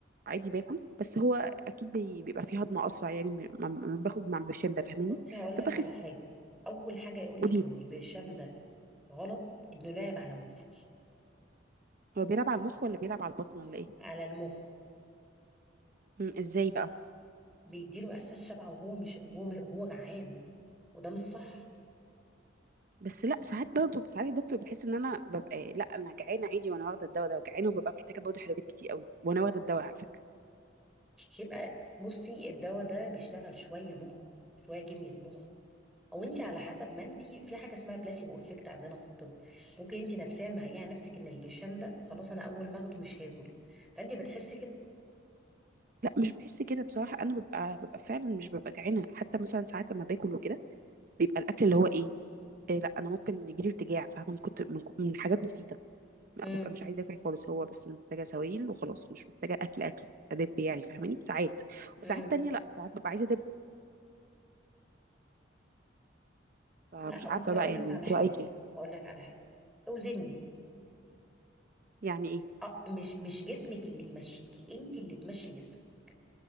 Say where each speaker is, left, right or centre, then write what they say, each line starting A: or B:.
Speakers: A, on the right; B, in the centre.
A: عادي باكل بس هو اكيد بي- بيبقى فيه هضم اسرع يعني م- ما ما باخد مع برشام ده فاهماني
B: بصي هقول
A: فبخس
B: لك على حاجه اول حاجه يقول
A: قوليلي
B: لك ان البرشام ده غلط انه لاعب على مخه
A: هو بيلعب على المخ ولا بيلعب على البطن ولا ايه
B: على المخ
A: مم، ازاي بقى
B: بيديله احساس شبع وهو مش وهو وهو جعان وده مش صح
A: بس لا ساعات برضه ساعات الدكتور بيحس ان انا ببقى لا انا جعانه عادي وانا واخده الدواء ده جعانه وببقى محتاجه برضه حلويات كتير قوي وانا واخده الدواء على فكره
B: يبقى بصي الدواء ده بيشتغل شويه مخ شويه كميه مخ او انت على حسب ما انت في حاجه اسمها بلاسيبو افكت عندنا في الطب ممكن انت نفسيا مهيئه نفسك ان البرشام ده خلاص انا اول ما اخده مش هاكل فانت بتحسي كده
A: لا مش بحس كده بصراحه انا ببقى ببقى فعلا مش ببقى جعانه حتى مثلا ساعات لما باكل وكده بيبقى الاكل اللي هو ايه, إيه لا انا ممكن يجيلي ارتجاع فاهمه من كنت من, من حاجات بسيطه لا
B: امم
A: ببقى مش عايزه اكل خالص هو بس أنا محتاجه سوائل وخلاص مش محتاجه اكل اكل ادب يعني فاهماني ساعات وساعات
B: امم
A: تانية لا ساعات ببقى عايزه ادب فمش
B: لا بصي
A: عارفه بقى
B: اقول
A: يعني
B: لك
A: انت
B: على حاجه
A: رايك ايه
B: اقول لك على حاجه اوزني
A: يعني ايه
B: اه مش مش جسمك اللي يمشيكي انت اللي تمشي جسمك